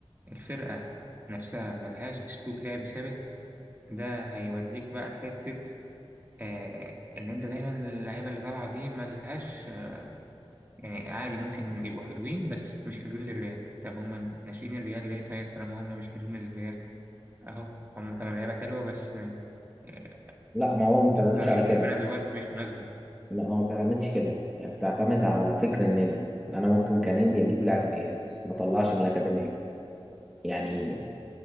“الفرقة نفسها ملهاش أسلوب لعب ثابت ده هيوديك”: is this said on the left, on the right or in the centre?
Right